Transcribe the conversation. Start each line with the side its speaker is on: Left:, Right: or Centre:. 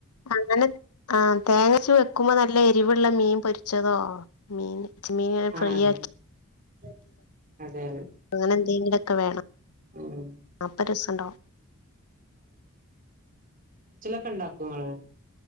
Left: അങ്ങനെ ആ തേങ്ങച്ച വെക്കുമ്പോ നല്ല എ രിവുള്ള മീൻ പൊരിച്ചതോ മീന് ച്ച്മീനിങ്ങനെ
Right: ആഹ്
Left: ഫ്രൈയാക്കി
Right: അതന്നെ അതെ അതെ
Left: അങ്ങനെ എന്തെങ്കിലും ഒക്കെ വേണം
Right: ഉം
Left: അപ്പം രസം കണ്ടോ
Right: ക്ക്ണ്ടാക്കുവേങ്ങള്